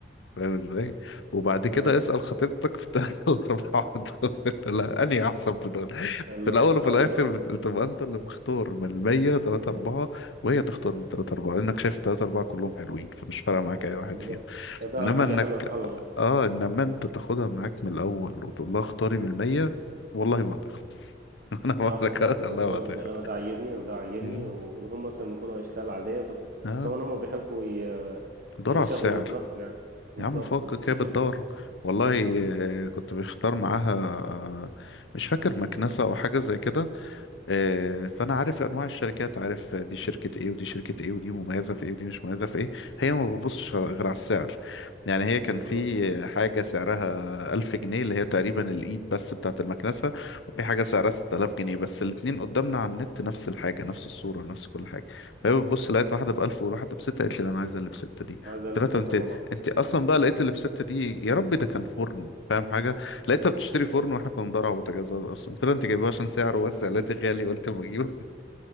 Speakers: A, on the left; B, on the right.
A: فاهم ازاي وبعد كده
B: اه
A: اسأل خطيبتك في الثلاثة <laughs> الأربعة دول لا أنهي أحسن في دول
B: <laughs>
A: في
B: لا
A: الأول وفي
B: اه
A: الآخر
B: بالظبط
A: بت- بتبقى أنت اللي مختار من المية تلاتة أربعة وهي تختار من التلاتة أربعة لأنك شايف التلاتة أربعة كلهم حلوين فمش فارقة معاك أي واحد
B: بالظبط
A: فيهم
B: فده
A: إنما
B: حاجه
A: إنك
B: حلوه فعلا
A: آه إنما أنت تاخدها معاك من الأول وتقول لها اختاري من المية والله ما هتخلص <laughs> أنا بقول
B: اه حصل
A: لك آه،
B: اعتبرت
A: والله
B: بقول
A: ما هتخلص
B: لك ده انا ده عاجبني وده عاجبني
A: مم.
B: وهم مثلا يكونوا اشكال عاديه بس
A: آه
B: كمان هم بيحبوا ي-
A: دور
B: يشغلوا
A: على السعر
B: دماغهم يعني بالظبط
A: يا عم فكك
B: ويشوفوا
A: هي بتدور والله آه، كنت بختار معاها آه، مش فاكر مكنسة أو حاجة زي كده آه، فانا عارف انواع الشركات عارف دي شركه ايه ودي شركه ايه ودي مميزه في ايه ودي مش مميزه في ايه هي ما بتبصش غير على السعر يعني هي كان
B: بالظبط
A: في حاجه سعرها 1000 جنيه اللي هي تقريبا الايد بس بتاعه المكنسه وفي حاجه سعرها 6000 جنيه بس الاتنين قدامنا على النت نفس الحاجه نفس الصوره نفس كل حاجه فهي بتبص لقيت واحده ب 1000 وواحده ب 6 قالت لي لا، انا عايزه اللي ب 6 دي
B: عايز اقلب
A: قلت لها
B: سته
A: طب انت
B: طبعا
A: انت اصلا بقى لقيت اللي ب 6 دي يا رب ده كان فرن فاهم حاجه لقيتها بتشتري فرن واحنا كنا بندور على بوتاجازات اصلا قلت لها انت جايبها عشان سعره
B: <laughs>
A: بس قالت لي غالي قلت اما اجيبه